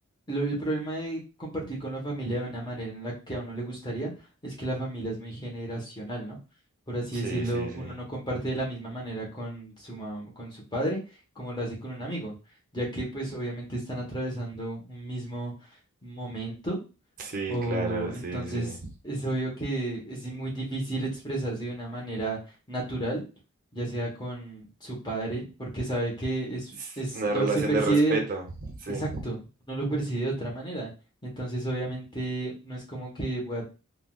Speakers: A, on the left; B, on the right.
A: lo- el problema de compartir con la familia de una manera en la que a uno le gustaría es que la familia es muy generacional, ¿no? Por así
B: Sí,
A: decirlo,
B: sí, sí.
A: uno no comparte de la misma manera con su mamá, con su padre, como lo hace con un amigo, ya que pues obviamente están atravesando un mismo momento
B: Sí,
A: o
B: claro, sí,
A: entonces
B: sí.
A: es obvio que es muy difícil expresarse de una manera natural, ya sea con su padre, porque sabe que es,
B: Es
A: es
B: Una
A: lo
B: relación
A: se percibe
B: de respeto, sí.
A: exacto, no lo percibe de otra manera. Entonces, obviamente, no es como que voy a